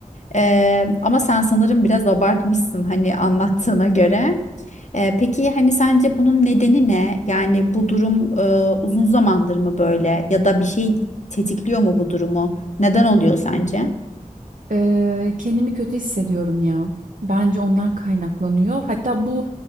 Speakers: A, on the left; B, on the right.
A: Ee, ama sen sanırım biraz abartmışsın hani anlattığına göre. Ee, peki hani sence bunun nedeni ne? Yani bu durum e, uzun zamandır mı böyle ya da bir şey tetikliyor mu bu durumu? Neden oluyor sence?
B: Ee, kendimi kötü hissediyorum ya. Bence ondan kaynaklanıyor. Hatta bu